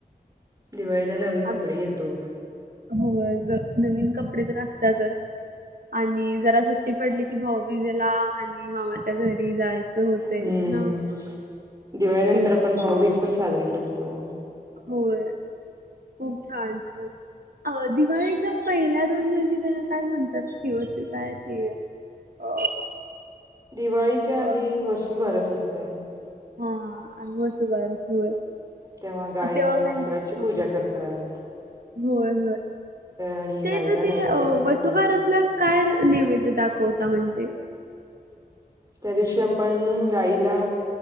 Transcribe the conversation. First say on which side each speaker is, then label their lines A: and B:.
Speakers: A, on the right (about 20°); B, on the right (about 70°).
A: दिवाळीला नवीन कपडे
B: आ-
A: घेतो.
B: होय नवीन कपडे तर असतातच आणि जरा सुट्टी पडली की भाऊबीजेला आणि मामाच्या घरी जायचं होते
A: हम्म
B: ना.
A: दिवाळीनंतर
B: होय
A: आपण भाऊबीज पण साजरी करतो.
B: होय खूप छानस. अ दिवाळीच्या पहिल्या दोन दिवशी त्यांना काय म्हणतात की हो ती काय ती? अ
A: दिवाळीच्या
B: अ
A: आधी वसुबारस असतंय.
B: हा आणि वसुबासर होय.
A: तेव्हा गाई
B: तेव्हा
A: आणि
B: म्हणजे
A: वासराची
B: ह
A: पूजा करतात.
B: होय होय
A: आणि
B: त्याच
A: गाईला
B: ते
A: नैवेद्य दाखवतात.
B: वसुबारसला काय नैवेद्य दाखवता म्हणजे?
A: त्या दिवशी आपण गाईला